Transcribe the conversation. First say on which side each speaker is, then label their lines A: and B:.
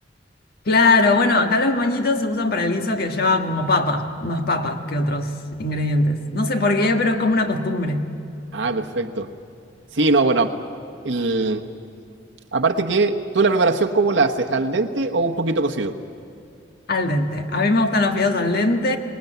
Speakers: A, on the left; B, on the right.
A: claro. Bueno, acá los moñitos se usan para el guiso que lleva como papa, más papa que otros ingredientes. No sé por qué, pero es como una costumbre.
B: Ah, perfecto. Sí, no, bueno, el- aparte que, ¿tú la preparación cómo la haces? ¿Al dente o un poquito cocido?
A: Al dente. A mí me gustan los fideos al dente,